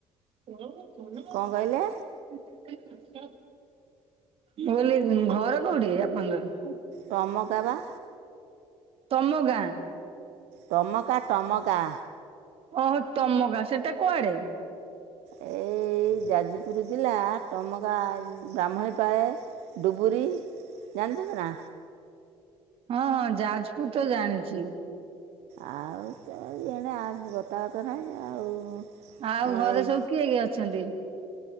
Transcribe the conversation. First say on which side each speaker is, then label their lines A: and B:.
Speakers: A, on the right; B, on the right.
A: <unintelligible>
B: କଁ କହିଲେ।
A: <unintelligible> ମୁଁ କହିଲି ଘର କୋଉଠି ଆପଣଙ୍କର।
B: ଟମକା ବା।
A: ତମ ଗାଁ।
B: ଟମକା ଟମକା।
A: ଓହୋ ଟମକା ସେଟା କୁଆଡେ।
B: ଏଇ ଏଇ ଯାଜପୁର ଜିଲ୍ଲା ଟମକା ବ୍ରାମଣୀପାଳେ ଡୁବୁରି ଜାଣିଛନ୍ତି ନା।
A: ହଁ ହଁ ଯାଜପୁର ତ ଜାଣିଚି।
B: ଆଉ ତ ଏଣେ ଆଉ ଗତା ଗତ ନାହିଁ ଆଉ।
A: ଆଉ ଘରେ
B: ଏଇ
A: ସବୁ କିଏ କିଏ ଅଛନ୍ତି।